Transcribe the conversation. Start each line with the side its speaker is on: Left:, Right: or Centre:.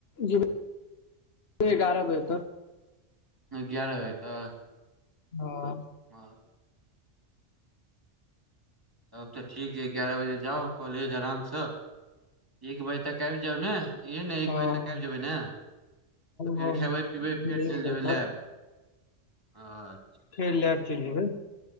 Left: जेबै एगारह बजे तक।
Right: ग्यारह बजे तऽ।
Left: हँ
Right: <unintelligible> तब तऽ ठीक अइ एगारह बजे जाउ कॉलेज आरामसँ एक बजे तक आबि जाउ ने? हह ने एक
Left: हँ
Right: बजे तक आइब जेबै ने तऽ फेर
Left: हँ
Right: खेबै पिबै फेर
Left: एक
Right: चलि
Left: बजे
Right: जेबै
Left: तक
Right: लैब आ
Left: फेर लैर चलइए